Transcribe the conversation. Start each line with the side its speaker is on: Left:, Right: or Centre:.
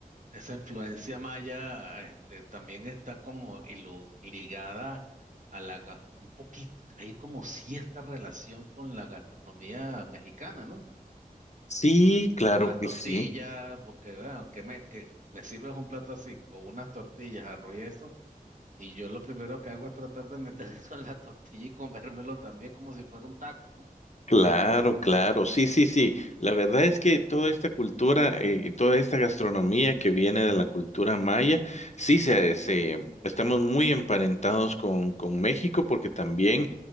Right: esa influencia maya, este, también está como ilu- ligada a la, ga- un poquito, hay como cierta relación con la gastronomía mexicana, ¿no?
Left: Sí, claro
Right: las
Left: que
Right: tortillas,
Left: sí.
Right: porque bueno, que me, que me sirves un plato así, con unas tortillas, arroz y eso, y yo lo primero que hago es tratar de meter <laughs> eso en la tortilla y comérmelo también como si fuera un taco, ¿no?
Left: Claro, claro, sí, sí, sí. La verdad es que toda esta cultura, eh, toda esta gastronomía que viene de la cultura maya, sí, se, se- estamos muy emparentados con, con México porque también